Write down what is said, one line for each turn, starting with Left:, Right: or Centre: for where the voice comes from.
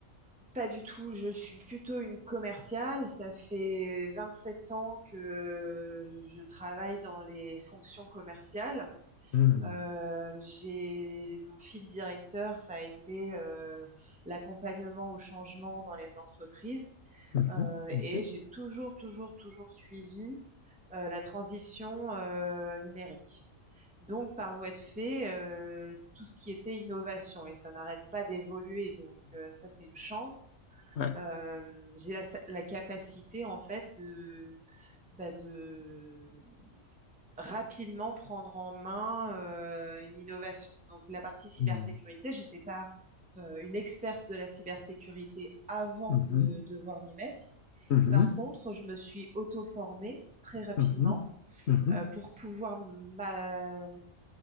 Centre: Pas du tout, je suis plutôt une commerciale. Ça fait 27 ans que je travaille dans les fonctions commerciales.
Left: Hmm.
Centre: Euh, j'ai mon fil directeur, ça a été euh, l'accompagnement au changement dans les entreprises.
Left: Mhm.
Centre: Euh, et
Left: OK.
Centre: j'ai toujours, toujours, toujours suivi euh, la transition euh, numérique. Donc, par voie de fait, euh, tout ce qui était innovation, et ça n'arrête pas d'évoluer, donc euh, ça, c'est une chance.
Left: ouais
Centre: Euh, j'ai la, la capacité en fait de, bah, de rapidement prendre en main euh, une innovation. Donc la partie cybersécurité,
Left: Mhm.
Centre: j'étais pas euh, une experte de la cybersécurité avant
Left: Mhm.
Centre: de de devoir m'y mettre.
Left: Mhm.
Centre: Par contre, je me suis auto-formée très rapidement
Left: Mhm. Mhm.
Centre: euh, pour pouvoir m'a-